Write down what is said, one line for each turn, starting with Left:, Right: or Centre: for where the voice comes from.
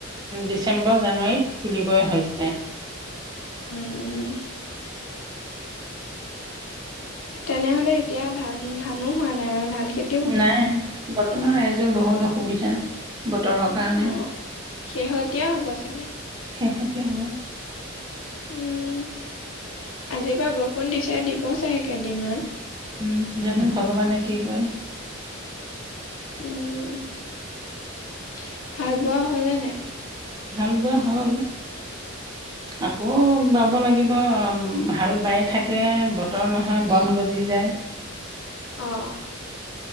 Right: ডিচেম্বৰ জানুৱাৰীত তুলিবই হয় যায়
Left: উম উম তেনেহলে এতিয়া ধান ধানো হোৱা নাই আৰু ধান খেতি
Right: নাই বৰ্তমান ৰাইজৰ বহুত অসুবিধা বতৰৰ কাৰণে
Left: অ শেহতীয়া হব চাগে
Right: শেহতীয়া হব
Left: উম আজিৰ পৰা বৰষুণ দিছে দিব চাগে কেইদিনমান
Right: উম উম জানো ভগৱানে কি কয়
Left: উম <unintelligible> বোৱা হ'ল নে নাই
Right: হাল বোৱা হল আকৌ বাব লাগিব অ হাল বাৰী থাকে বতৰ নহয় বন গজি যায়
Left: অ